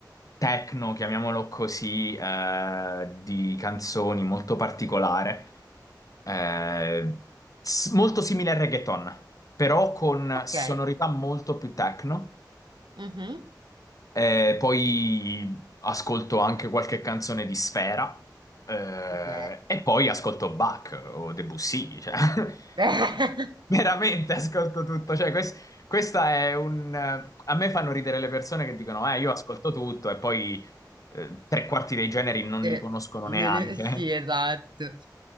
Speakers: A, on the left (about 50°); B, on the right (about 75°).
A: techno, chiamiamolo così, eh, di canzoni molto particolare, eh, s- molto simile al reggaeton, però con
B: Ok.
A: sonorità molto più techno.
B: Mhm.
A: Eh, poi ascolto anche qualche canzone di Sfera, eh,
B: Ok.
A: e poi ascolto Bach o Debussy, cioè. <laughs>
B: <laughs>
A: Veramente ascolto tutto, cioè quest- questa è un... eh, A me fanno ridere le persone che dicono, eh, io ascolto tutto e poi eh, tre quarti dei generi non
B: De-
A: li conoscono
B: delle-
A: neanche.
B: sì, esatto.